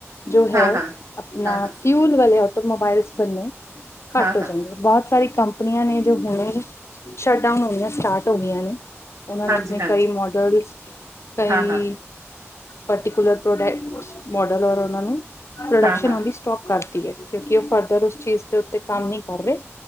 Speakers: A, on the left; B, on the right.
A: ਜੋ ਹੈ
B: ਹਾਂ ਹਾਂ
A: ਅਪਨਾ
B: ਹਾਂ ਹਾਂ
A: ਫਿਊਲ ਵਾਲੇ ਆਟੋਮੋਬਾਈਲਸ ਬਨੇ ਘੱਟ
B: ਹਾਂ
A: ਹੋ
B: ਹਾਂ
A: ਜਾਂਗੇ ਬੋਤ ਸਾਰੀ ਕੰਪਨੀਆਂ ਨੇ ਜੋ ਹੁਣੇ ਸ਼ਟ ਡਾਊਨ ਹੋਨੀਆਂ ਸਟਾਰਟ ਹੋ ਗਈਆਂ ਨੇ। ਓਨਾਂ
B: ਹਾਂਜੀ
A: ਨੇ ਆਪਣੇ
B: ਹਾਂਜੀ
A: ਕਈ ਮੋਡਲਸ ਕਈ
B: ਹਾਂ ਹਾਂ
A: ਪਰਟੀਕੂਲਰ ਪ੍ਰੋਡਕ ਮੋਡਲ ਔਰ ਓਨਾਂ ਨੂੰ ਪ੍ਰੋਡਕਸ਼ਨ
B: ਹਾਂ ਹਾਂ
A: ਉਂਦੀ ਸਟੋਪ ਕਰ ਤੀ ਏ ਕਿਉਂਕਿ ਓ ਫਰਦਰ ਉਸ ਚੀਜ਼ ਦੇ ਉੱਤੇ ਕੰਮ ਨੀ ਕਰ ਰੇ।